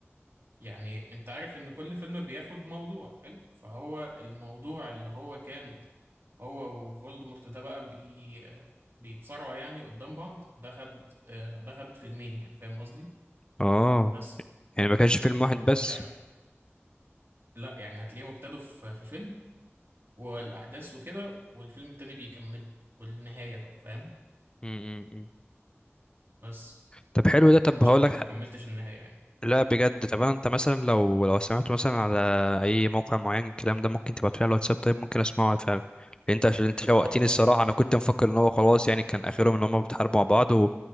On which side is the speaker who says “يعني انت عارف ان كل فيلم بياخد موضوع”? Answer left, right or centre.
Right